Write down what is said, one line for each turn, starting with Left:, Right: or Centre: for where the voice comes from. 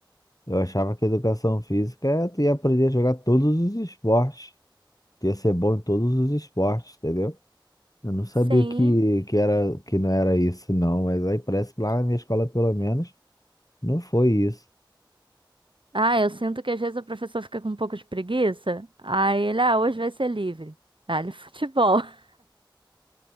Left: eu achava que educação física é tu ia aprender a jogar todos os esportes. Tu ia ser bom em todos os esportes, entendeu? Eu não sabia
Right: Sim.
Left: que, que, era, que não era isso, não. Mas aí parece que lá na minha escola, pelo menos, não foi isso.
Right: Ah, eu sinto que às vezes o professor fica com um pouco de preguiça. Aí ele, ah, hoje vai ser livre. Dá-lhe futebol. <laughs>